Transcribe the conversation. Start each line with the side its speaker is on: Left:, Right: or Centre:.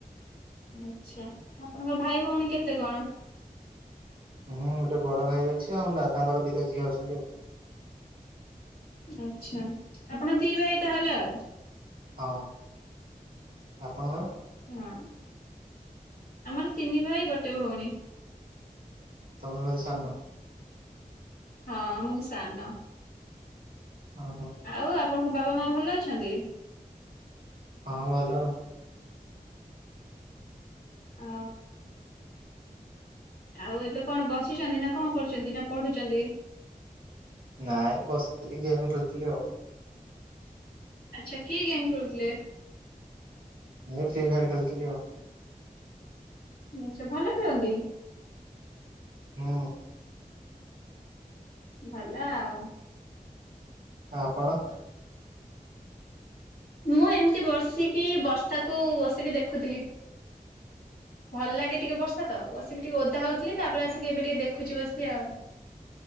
Left: ଆଛା ଆପଣଙ୍କ ଭାଇ ଭଉଣୀ କେତେ କଣ?
Right: ହୁଁ ଗୋଟେ ବଡ ଭାଇ ଅଛି ଆଉ ଦାଦାଙ୍କର ଦିଟା ଝିଅ ଅଛନ୍ତି ଆଉ
Left: ଆଚ୍ଛା ଆପଣ ଦି ଭାଇ ତାହେଲେ ଆଉ
Right: ହଁ ଆପଣଙ୍କର
Left: ହଁ ଆମର ତିନି ଭାଇ ଗୋଟେ ଭଉଣୀ
Right: ତମେ ବୋଧେ ସାନ
Left: ହଁ ମୁଁ ସାନ
Right: ହଁ ହଁ
Left: ଆଉ ଆପଣଙ୍କ ବାବା ମା ଭଲ ଅଛନ୍ତି
Right: ହଁ ଭଲ
Left: ହ ଆଉ ଏବେ କଣ ବସିଛନ୍ତି ନା କଣ କରୁଛନ୍ତି ନା ପଢୁଛନ୍ତି
Right: ନାଇ ରେ ବସିଥିଲି ଗେମ୍ ଖେଳୁଥିଲି ଆଉ
Left: ଆଚ୍ଛା କି ଗେମ୍ ଖେଳୁଥିଲେ?
Right: ମୁ ଫ୍ରି ଫାୟାର ଖେଳୁଥିଲି ଆଉ।
Left: ଆଚ୍ଛା, ଭଲ ଖେଳନ୍ତି?
Right: ହୁଁ।
Left: ଭଲ ଆଉ।
Right: ଆଉ ଆପଣ?
Left: ମୁଁ ଏମିତି ବର୍ସିକି ବର୍ଷାକୁ ବସିକି ଦେଖୁଥିଲି। ଭଲ ଲାଗେ ଟିକେ ବର୍ଷା ତ। ବସିକି ଟିକେ ଓଦା ହଉଥିଲି, ତାପରେ ଆସିକି ଏବେ ଟିକେ ଦେଖୁଚି ବସି ଆଉ।